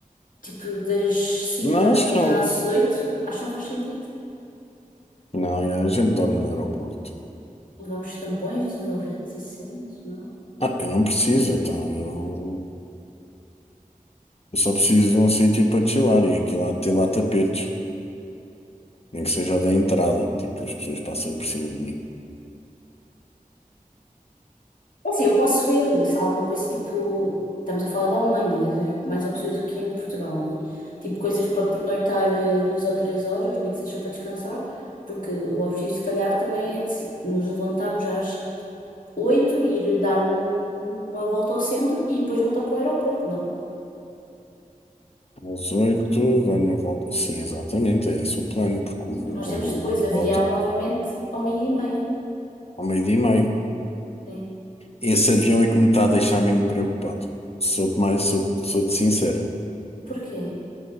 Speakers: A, on the left; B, on the left.
A: tipo das 5
B: Nós
A: da manhã
B: não.
A: às 8? Acho que não faz sentido.
B: Não, é, a gente dorme no aeroporto.
A: Levamos tampões dos ouvidos e cenas, não?
B: Ah, eu não preciso, então eu, eu só preciso de um sítio para chilar e aqui lá ter lá tapetes. Nem que seja o da entrada, tipo, as pessoas passam por cima de mim.
A: É Assim, eu posso ver se há alguma coisa tipo. Estamos a falar da Alemanha, deve haver mais opções do que em Portugal, não é? Tipo coisas para pernoitar eh, duas ou três horas, nem que seja só para descansar, porque o objetivo, se calhar, também é de se- nos levantarmos às oito, e ir dar um- uma volta ao centro e depois voltar para o aeroporto, não?
B: Às oito, dar uma volta. Sim, exatamente, é esse o plano, porque o
A: Porque nós
B: comboio,
A: temos depois avião
B: o, o
A: novamente ao meio-dia e meia.
B: ao meio-dia e meio.
A: Sim.
B: Esse avião é que me está a deixar mesmo preocupado. Sou-te mais, sou, sou-te sincero.
A: Porquê?